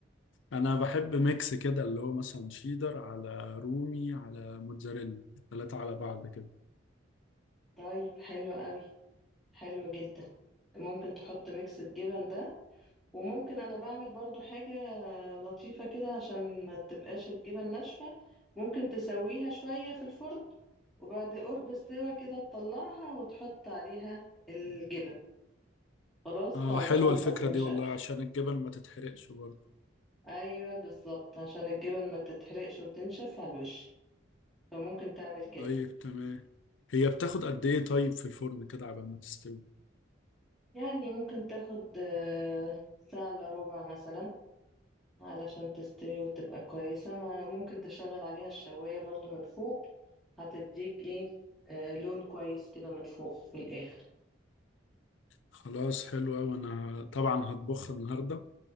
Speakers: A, on the left; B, in the centre.
A: انا بحب ميكس كده اللي هو مثلا شيدر على رومي على موتزاريلا ثلاثة على بعض كده
B: طيب حلو قوي حلو جدا ممكن تحط ميكس الجبن ده وممكن انا بعمل برضو حاجة لطيفة كده عشان ما تبقاش الجبن ناشفة ممكن تسويها شوية في الفرن وبعد قرب السوا كده تطلعها وتحط عليها الجبن خلاص
A: اه
B: علشان
A: حلوة الفكرة
B: ما تنشفش
A: دي والله عشان الجبن ما تتحرقش برضه
B: ايوه بالظبط عشان الجبن ما تتحرقش وتنشف على الوش فممكن تعمل كده
A: طيب تمام هي بتاخد قد ايه طيب في الفرن كده عبال ما تستوي
B: يعني ممكن تاخد آه، ساعة الا ربع مثلا علشان تستوي وتبقى كويسة ما- ممكن تشغل عليها الشواية برضو من فوق هتديك ايه آه لون كويس كده من فوق في الآخر
A: خلاص حلوة وانا طبعا هطبخها النهاردة